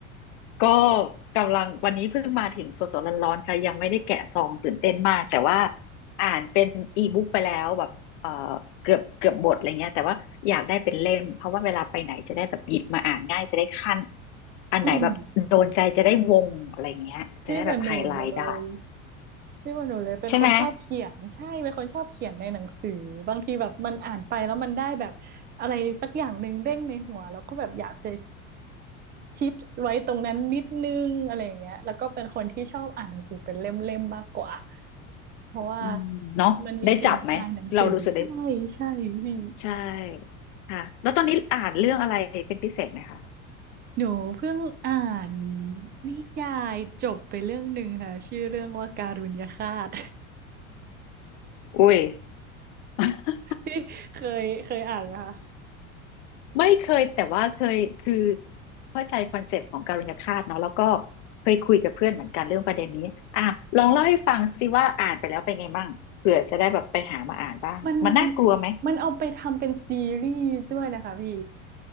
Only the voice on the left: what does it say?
ก็กำลังวันนี้เพิ่งมาถึงสดๆร้อนๆค่ะยังไม่ได้แกะซองตื่นเต้นมากแต่ว่าอ่านเป็นอีบุ๊กไปแล้วแบบเอ่อ เกือบเกือบบทอะไรเงี้ยแต่ว่าอยากได้เป็นเล่มเพราะว่าเวลาไปไหนจะได้แบบหยิบมาอ่านง่ายจะได้ขั้นอันไหนแบบโดนใจจะได้วงอะไรเงี้ยจะได้แบบไฮไลท์ได้
ใช่ไหม
อืมเนาะได้จับไหมเรารู้สึกได้
ใช่ค่ะแล้วตอนนี้อ่านเรื่องอะไรเป็นพิเศษไหมคะ
อุ้ย <laughs>
ไม่เคยแต่ว่าเคยคือเข้าใจคอนเซปต์ของการุญฆาตเนาะแล้วก็เคยคุยกับเพื่อนเหมือนกันเรื่องประเด็นนี้อ่ะลองเล่าให้ฟังสิว่าอ่านไปแล้วเป็นไงบ้างเผื่อจะได้แบบไปหามาอ่านบ้างมันน่ากลัวไหม